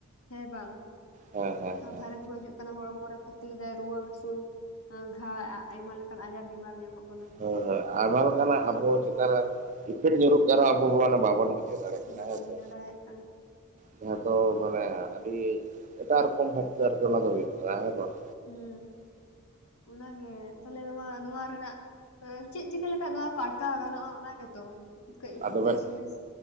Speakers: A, on the left; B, on the right.
A: ᱦᱮᱸ ᱵᱟᱝ
B: ᱦᱮᱸ ᱦᱮᱸ ᱦᱮᱸ
A: ᱵᱷᱟᱭᱨᱟᱥ ᱠᱚ ᱦᱟᱹᱡᱩᱜ ᱠᱟᱱᱟ ᱦᱚᱲᱢᱚ ᱨᱮ ᱠᱷᱚᱛᱤ ᱫᱟᱭ ᱨᱩᱣᱟᱹ ᱦᱟᱹᱥᱩ ᱜᱷᱟ ᱟᱭᱢᱟ ᱞᱮᱠᱟᱱ ᱟᱡᱟᱨ ᱵᱮᱢᱟᱨ ᱧᱟᱢᱚᱜ᱾ ᱠᱟᱱᱟ
B: ᱦᱳᱸ ᱦᱳᱸ ᱟᱭᱢᱟ ᱞᱮᱠᱟᱱᱟᱜ ᱟᱵᱚ
A: ᱦᱮᱸ
B: ᱪᱮᱛᱟᱱ ᱨᱮ ᱤᱯᱷᱮᱠᱴ ᱧᱩᱨᱩᱜ ᱠᱟᱱᱟ ᱨᱮᱦᱚᱸ ᱟᱵᱚ ᱢᱟᱱᱮ ᱵᱟᱵᱚᱱ ᱵᱩᱡᱷᱟᱹᱣ ᱫᱟᱲᱮᱭᱟᱜ ᱠᱟᱱᱟ
A: ᱚᱱᱟ ᱵᱚᱱ
B: ᱦᱮᱸᱥᱮ
A: ᱵᱩᱡᱷᱟᱹᱣ ᱫᱟᱲᱮᱭᱟᱜ ᱠᱟᱱᱟ
B: ᱡᱟᱦᱟᱸ ᱫᱚ ᱢᱟᱱᱮ ᱟᱹᱰᱤ ᱮᱴᱟᱜ ᱨᱚᱠᱚᱢ ᱵᱷᱟᱵᱛᱮ ᱟᱨᱠᱤ ᱚᱱᱟ ᱫᱚ ᱦᱩᱭᱩᱜ ᱠᱟᱱᱟ ᱦᱮᱸ ᱵᱟᱝ
A: ᱦᱩᱸ ᱚᱱᱟᱜᱮ ᱛᱟᱦᱚᱞᱮ ᱱᱚᱣᱟ ᱱᱚᱣᱟ ᱨᱮᱱᱟᱜ ᱪᱮᱫ ᱪᱤᱠᱟᱹ ᱞᱮᱠᱷᱟᱡ ᱱᱚᱣᱟ ᱟᱴᱠᱟᱣ ᱜᱟᱱᱚᱜᱼᱟ ᱚᱱᱟ ᱜᱮᱛᱚ ᱠᱟᱹᱡ
B: ᱟᱫᱚ
A: ᱦᱩᱫᱤᱥ
B: ᱢᱮᱴ
A: ᱦᱩᱫᱤᱥ